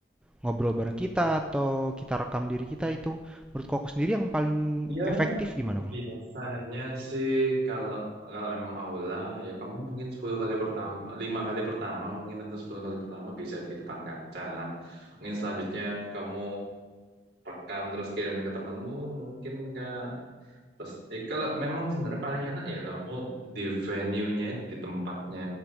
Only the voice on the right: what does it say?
Ya,
biasanya sih kalau kalau memang aula ya kamu mungkin 10 kali pertama, 5 kali pertama mungkin atau 10 kali pertama bisa di depan kaca. Mungkin selanjutnya kamu rekam terus kirim ke temanmu, mungkin enggak Terus, eh, kalau memang sebenarnya paling enak ya kamu di venue-nya itu di tempatnya